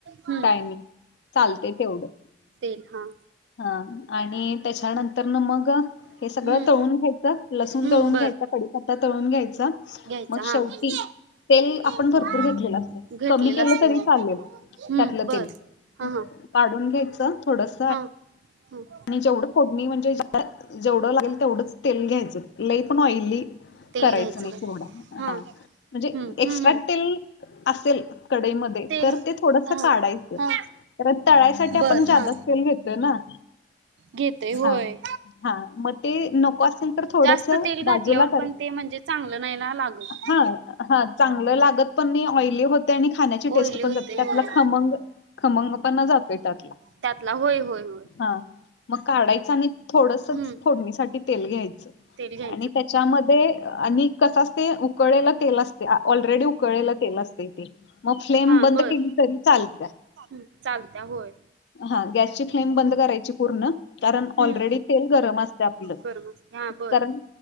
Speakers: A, on the right (about 85°); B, on the left (about 70°).
A: हम्म
B: काय नाही चालतय तेवढं.
A: तेल हा
B: हा आणि त्याच्यानंतर न मग
A: हम्म
B: हे सगळं तळून घ्यायचं लसूण
A: हम्म
B: तळून घ्यायचं कडीपत्ता तळून घ्यायचा
A: घ्यायच
B: मग शेवटी
A: हा <unintelligible>
B: तेल आपण भरपूर घेतलेलं असतं कमी केलं
A: असत
B: तरी
A: हो हम्म
B: चालेल त्यातलं
A: बर
B: तेल
A: हा हा
B: काढून घ्यायचं थोडस
A: ह हम
B: आणि जेवढं फोडणी म्हणजे जेवढं लागेल तेवढंच तेल घ्यायचं लई पण ऑइली
A: तेल
B: करायचं
A: घ्यायचं
B: नाही
A: काय
B: तेवढा
A: हां
B: हा म्हणजे
A: हं हं
B: एक्स्ट्रा
A: हं
B: तेल असेल कडईमध्ये
A: तेल
B: तर ते थोडस
A: हां
B: काढायचं
A: हां
B: तर तळाईसाठी आपण
A: बर
B: जादाच
A: हां
B: तेल घेतोय ना
A: घेतय होय.
B: हा हा, मग ते नको अस त्याच्यानंतर थोडस
A: जास्त तेल घातल्यावर
B: बाजूला कर,
A: पण ते म्हणजे चांगलं नाही ना लागत
B: हा हा चांगल लागत पण ते ऑइली होते आणि खाण्याची
A: ऑइली
B: टेस्ट
A: होते
B: पण जाते त्यातला
A: होय
B: खमंग, खमंगपणा जातोय त्यातला.
A: त्यातला होय होय होय.
B: हा मग काढायचं आणि थोडसच
A: हं
B: फोडणीसाठी तेल घ्यायचं.
A: तेल घ्या
B: आणि त्याच्यामध्ये आणि कस असतय? उकळलेलं तेल असतय, ऑलरेडी उकळलेलं तेल असतय. मग फ्लेम
A: हां
B: बंद
A: बर
B: केली तरी चालत्या.
A: हं चालत्या होय
B: हा गॅसची फ्लेम
A: हं
B: बंद करायची पूर्ण कारण
A: हं
B: ऑलरेडी तेल गरम असतय आपलं
A: बरं मग हां बर
B: कारण